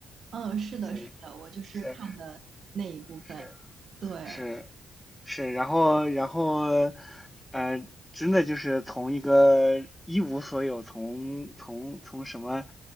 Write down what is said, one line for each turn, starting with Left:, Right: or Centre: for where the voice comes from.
Right: 嗯，是的，
Centre: 是
Right: 是的，我就是看的那一部分，
Centre: 是是
Right: 对，
Centre: 是，是，然后然后，呃，真的就是从一个一无所有，从从从什么